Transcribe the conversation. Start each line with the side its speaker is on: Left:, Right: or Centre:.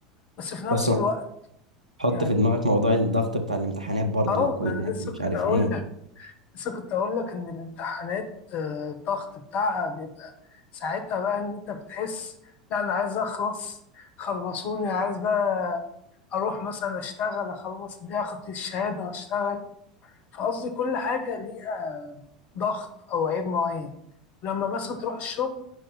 Left: بس في نفس
Right: بس
Left: الوقت
Right: حط
Left: يعني
Right: في دماغك موضوع الضغط بتاع الامتحانات برضه
Left: أه
Right: والكويزات
Left: ما أنا لسه
Right: ومش
Left: كنت
Right: عارف
Left: أقول
Right: ايه
Left: لك لسه كنت أقول لك إن الامتحانات آه، الضغط بتاعها بيبقى ساعتها بقى إن أنت بتحس لا أنا عايز أخلص خلصوني عايز بقى أروح مثلا أشتغل أخلص دي أخد الشهادة وأشتغل فقصدي كل حاجة ليها ضغط أو عيب معين لما مثلا تروح الشغل